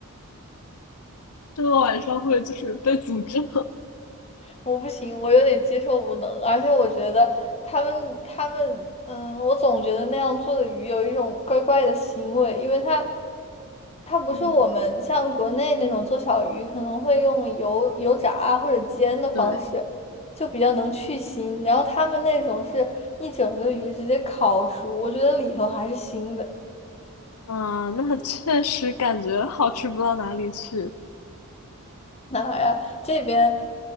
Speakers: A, on the left (about 85°); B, on the left (about 30°).
A: 这个晚上会就是被诅咒。
B: 我不行，我有点接受不能，而且我觉得他们他们，嗯，我总觉得那样做的鱼有一种怪怪的腥味，因为它它不是我们像国内那种做小鱼可能会用油油炸啊或者煎的方式，
A: <laughs> 嗯，对，
B: 就比较能去腥，然后他们那种是一整个鱼直接烤熟，我觉得里头还是腥的。
A: 啊，那确实感觉好吃不到哪里去。
B: <laughs> 哪儿呀？这边，